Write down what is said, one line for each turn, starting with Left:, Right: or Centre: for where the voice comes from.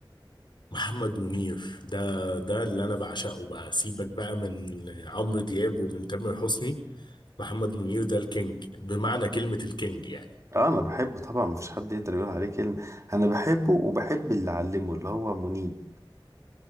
Left: محمد منير ده ده اللي انا بعشقه بقى سيبك بقى من عمرو دياب ومن تامر حسني محمد منير ده الكينج بمعنى كلمة الكينج يعني
Right: اه انا بحبه طبعا مفيش حد يقدر يقول عليه كلمة انا بحبه وبحب اللي علمه اللي هو منيب